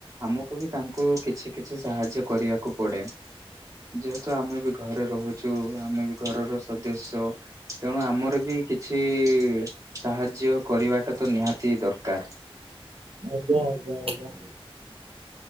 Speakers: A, on the right (about 35°); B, on the right (about 65°).
A: ଆମକୁ ବି ତାଙ୍କୁ, କିଛି କିଛି ସାହାଯ୍ୟ କରିବାକୁ ପଡେ। ଯେହେତୁ ଆମେ ବି ଘରେ ରହୁଛୁ, ଆମେ ବି ଘରର ସଦସ୍ୟ। ତେଣୁ ଆମର ବି କିଛି, ସାହାଯ୍ୟ କରିବାଟା ତ ନିହାତି ଦରକାର।
B: ଆଜ୍ଞା, ଆଜ୍ଞା, ଆଜ୍ଞା।